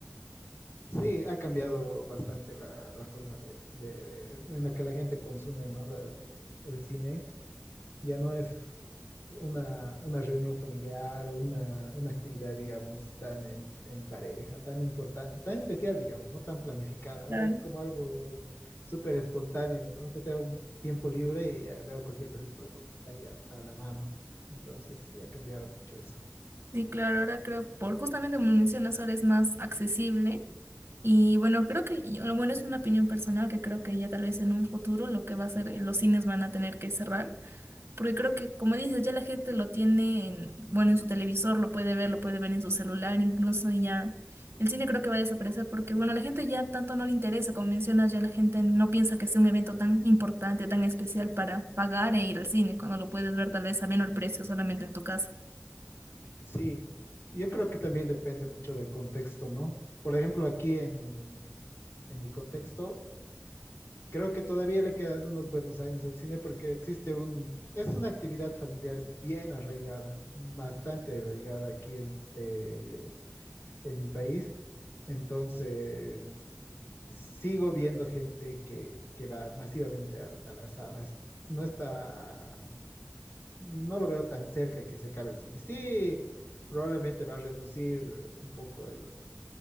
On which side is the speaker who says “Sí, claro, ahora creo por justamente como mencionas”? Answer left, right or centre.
Right